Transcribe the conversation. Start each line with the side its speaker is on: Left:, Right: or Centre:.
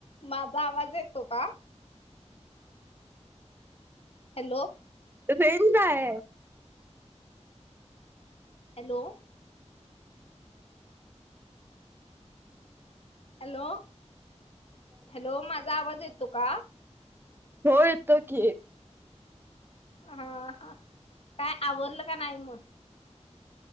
Left: माझा आवाज येतो का? हॅलो.
Right: फे का आहे.
Left: हॅलो. हॅलो हॅलो माझा आवाज येत तो का?
Right: हो येतो की
Left: हा ह काय आवडलं का नाही मग